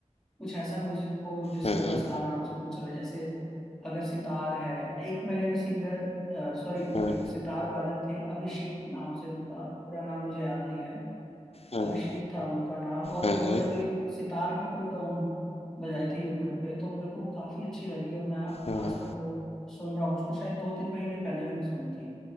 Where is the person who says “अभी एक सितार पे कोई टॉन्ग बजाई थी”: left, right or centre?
Centre